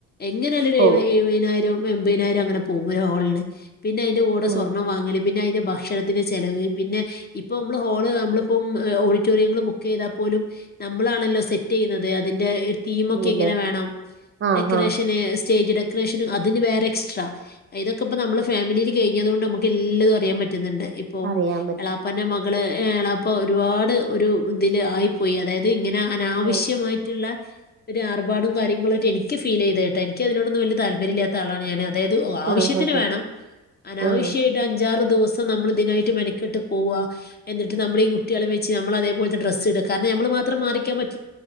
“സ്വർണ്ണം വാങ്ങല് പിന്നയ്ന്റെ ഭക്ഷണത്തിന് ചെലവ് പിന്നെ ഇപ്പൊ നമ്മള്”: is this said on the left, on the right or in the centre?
Left